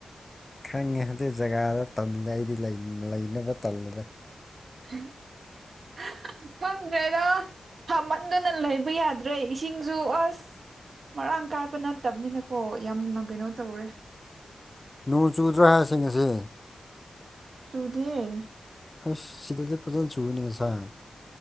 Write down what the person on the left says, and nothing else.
ꯈꯪꯉꯦ ꯑꯗꯨ ꯖꯒꯥꯗ ꯇꯝꯂꯦ ꯑꯩꯗꯤ ꯂꯩꯅꯕ ꯇꯜꯂꯦꯗ
ꯅꯣꯡ ꯆꯨꯗ꯭ꯔꯥ ꯍꯥꯏꯕꯁꯤꯡ ꯑꯁꯤ
ꯑꯁ ꯁꯤꯗꯗꯤ ꯐꯖꯅ ꯆꯨꯕꯅꯤ ꯉꯁꯥꯏ